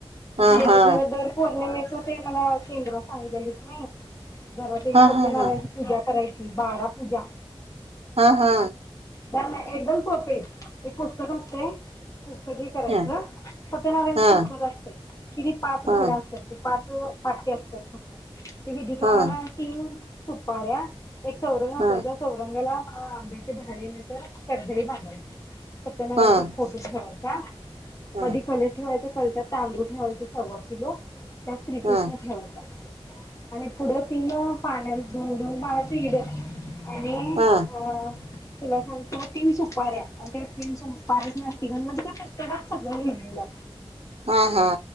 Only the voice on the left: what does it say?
ते
बिरबर पौर्णिमे ते मला केंद्रात सांगितलेलीस नई. जरा तरी
सत्यनारायणची
पूजा करायची बारा पूजा.
ह्या कणी एकदम सोपे हायत. एक पुस्तक असतय. पुस्तकी करायच.
सत्यनारायणच
पुस्तक असतय, किती पाच
धडे असतात ती पाच पाठ्य असत्यात फक्त ते विधीप्रमाण
तीन सुपार्या एक चौरंग अथरायचं.
चौरंग्याला हा आंब्याचे ढाळे नाहीतर कर्दळी बांधायची. सत्यनारायणचे
एक फोटो ठेव्हायचा. का?
मधे कलेश ठेवायच कल तांदूळ ठेवायचें सव्वा लो त्यात श्रीकृष्ण
खेळवतात. आणि पुढं तिन पाण्यात धून धून पाण्या- <unintelligible> आणि?
ह- तुला सांगतो तीन सुपाऱ्या आणि त्याला तीन <unintelligible> त्या पुस्तकात सगळं लिहिलेलं